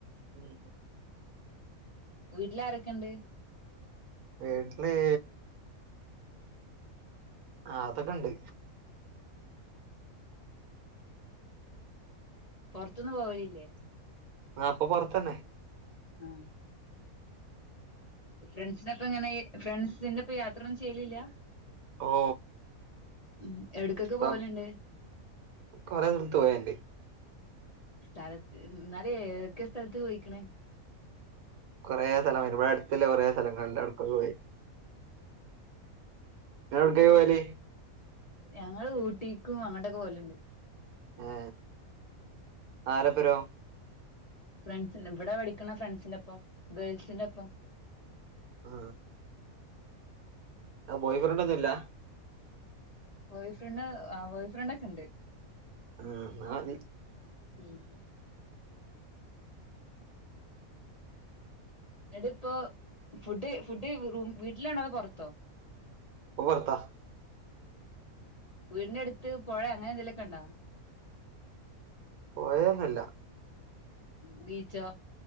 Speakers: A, on the right; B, on the left.
A: ഉം
B: വീട്ടിൽ ആരൊക്കെയുണ്ട്
A: വീട്ടിൽഹ് ആ അതൊക്കെ ഇണ്ട്
B: പുറത്തൊന്നും പോവലില്ലേ
A: ആ അപ്പൊ പുറത്തല്ലേ
B: ആ ഫ്രണ്ട്സിനെപ്പം ഇങ്ങനെ ഫ്രണ്ട്സിന്റെപ്പം യാത്ര ഒന്നും ചെയ്ലില്ല
A: ഓ
B: ഉ എവിടക്കൊക്കെ
A: ഇപ്പം
B: പോവലുണ്ട്
A: കൊറേ സ്ഥലത്ത് പോയണ്ട്
B: സ്ഥലത്ത് എന്നാല് ഏതൊക്കെ സ്ഥലത്ത് പോയിക്കണ്
A: കുറെ സ്ഥലം ഇവിടെ അടുത്ത കൊറെ സ്ഥലങ്ങളുണ്ട് അവിടുക്കൊ പോയി ഞ എവിടെയാ പോവല്
B: ഞങ്ങള് ഊട്ടിക്കും അങ്ങട്ടൊക്കെ പോവലുണ്ട്
A: ആ ആരപ്പരോ
B: ഫ്രണ്ട്സി എവിടാ പഠിക്കണ ഫ്രണ്ട്സിന്റെപ്പം ഗേൾസിന്റെപ്പം
A: ആ ആ ബോയ് ഫ്രണ്ട് ഒന്നുമില്ല
B: ബോയ് ഫ്രണ്ട് ആ ബോയ് ഫ്രണ്ട് ഒക്കെ ഉണ്ട്
A: ആ ന അതി
B: ഉം എന്നട്ട ഇപ്പൊ ഫുഡ് ഫുഡ് റൂ വീട്ടിലാണോ അതോ പുറത്തോ
A: ഇപ്പോ പുറത്താ
B: വീടിന്റെ അടുത്ത് പുഴ അങ്ങനെ എന്തെലൊക്കെ ഉണ്ടോ
A: പൊയയൊന്നുമില്ല
B: ബീച്ചോ